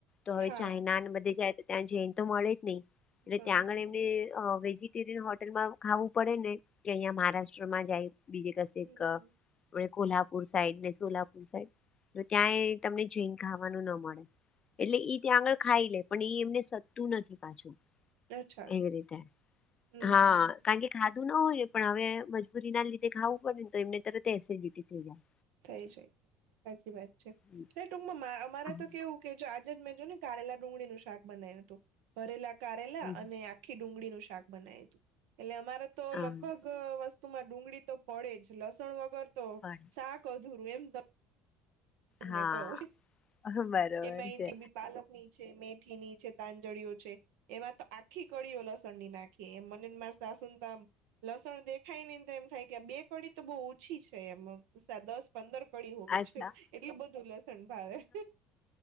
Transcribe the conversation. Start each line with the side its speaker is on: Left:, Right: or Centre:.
Left: તો હવે
Right: હા
Left: ચાયનાને બધે જાય તો ત્યાં જન તો મળે જ નહી. એટલે
Right: હમ હમ
Left: ત્યાં આગળ એમને વેજી હોટલમાં ખાવું પડે ને કે અહિયાં મહારાષ્ટ્રમાં જાય બીજ કસે
Right: હમ.
Left: ક કોલ્હાપુર સાઈડ ને સોલાપુર સાઈડ તો ત્યાં તમને જ ખાવાનું ન મળે એટલે ત્યાં આગળ ખાઈ લે પણ એ એમને સદતું નથી પાછું.
Right: અચ્છા
Left: એવી રીતે
Right: હમ
Left: હા કારણ કે ખા બું ના હોય ને પણ હવે મજબૂરી ના લીધે ખાવું પડે ને તો એમને તરત એસિડિટી થઈ જાય.
Right: થઈ જાય જ સાચી વાત છે,
Left: હમ
Right: એ ટૂકમાં અમારે
Left: હા.
Right: તો કેવું કે મેં જો ને કારેલા ડુંગળીનું શાક બનાવ્યું હતું ભરેલા કારેલા
Left: હમ
Right: અને આખી ડુંગળીનું શાક બનાયું એટલે અમારે તો
Left: હા,
Right: લગભગ વસ્ત તુમાં ડુંગળી તો પડે જ લસણ વગર તો
Left: પણ
Right: શાક અધૂરું એમ <inaudible> તમને
Left: હા
Right: કહું.
Left: બરોબર
Right: એમાં એ
Left: છે
Right: જે બી પાલક ની મેથી ની છે તાંજળઓ છે, એમાં તો આખી કડીઓ લસણ ની નાખી એમ મને માર તો આમ લસણ દેખાય ને તો એમ થાય કે આ બે કડી તો બહુ ઓછી છે, એમ દસ પંદર પડી હોવી
Left: અચ્છા
Right: જોઈએ એટલે બધું લસણ ભાવે <inaudible>